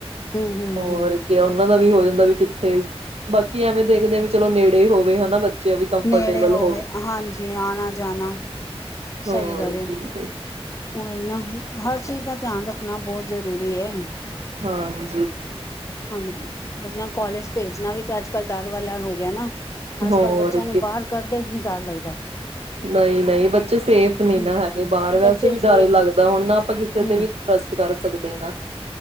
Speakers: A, on the left; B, on the right.
A: ਹੂੰ ਹੂੰ
B: ਹੋਰ
A: ਹੂੰ
B: ਕਿਆ ਉਹਨਾਂ ਦਾ ਵੀ ਹੋ ਜਾਂਦਾ ਵੀ ਕਿੱਥੇ ਬਾਕੀ ਐਵੇਂ ਦੇਖਦੇ ਵੀ ਚਲੋ ਨੇੜੇ ਹੋਵੇ ਹਨਾ ਬੱਚੇ ਵੀ ਕੰਫਰਟੇਬਲ
A: ਨੇੜੇ ਹੋਵੇ ਹਾਂਜੀ ਆਣਾ ਜਾਣਾ
B: ਹੋਰ
A: ਸਹੀ ਰਹੇ
B: ਕੀ
A: ਉਹੀ ਨਾ। ਹਰ ਚੀਜ਼ ਦਾ ਧਿਆਨ ਰੱਖਣਾ ਬਹੁਤ ਜ਼ਰੂਰੀ ਹੈ।
B: ਹਾਂ।
A: ਹਾਂਜੀ ਹੋਰ ਨਾ ਕੋਾਲਜ ਭੇਜਣਾ ਵੀ ਤੇ ਅੱਜ ਕੱਲ੍ਹ ਡਰ ਵਾਲਾ ਹੋ ਗਿਆ ਨਾ। ਅੱਜ
B: ਹੋਰ
A: ਕੱਲ ਬੱਚਿਆਂ ਨੂੰ ਬਾਹਰ ਕੱਢਦੇ ਹੀ ਡਰ ਲੱਗਦਾ ਐ।
B: ਨਹੀਂ ਨਹੀਂ ਬੱਚੇ ਸੇਫ ਨਹੀਂ
A: ਹੂੰ
B: ਨਾ ਹੈਗੇ ਬਾਹਰ ਵੈਸੇ
A: ਬੱਚੇ
B: ਵੀ
A: ਸੇ
B: ਡਰ ਲੱਗਦਾ ਹੁਣ ਨਾ ਆਪਾਂ ਕਿਸੇ
A: ਹੂੰ
B: ਤੇ ਵੀ ਟਰਸਟ ਕਰ ਸਕਦੇ। <unintelligible>